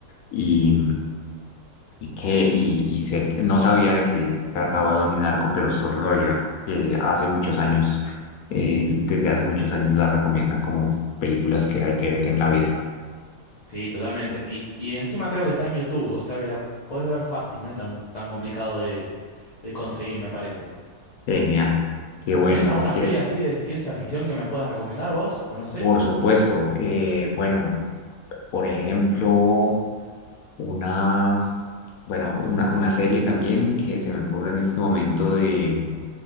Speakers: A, on the left (about 80°); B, on the left (about 45°).
A: y, y que y, y sé que- no sabía de qué trataba Don Narco, pero solo sabía que hace muchos años, eh, desde hace muchos años la recomienda como películas que hay que ver en la vida.
B: Sí, totalmente. Y, y encima creo que está en YouTube, o sea que la podés ver fácil, no es tan, tan complicado de, de conseguir, me parece.
A: Genial, qué bueno,
B: ¿Tenés alguna
A: porque
B: peli así de ciencia ficción que me puedas recomendar vos? ¿Conocés?
A: por supuesto, eh, bueno, por ejemplo. Una, bueno, una, una serie también que se me ocurre en este momento de,